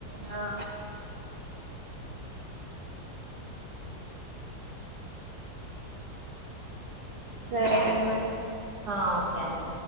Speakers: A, on the right; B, on the right.
A: ఆ సరే
B: ఉంట
A: అండి మరి
B: ఆ ఓకే అండి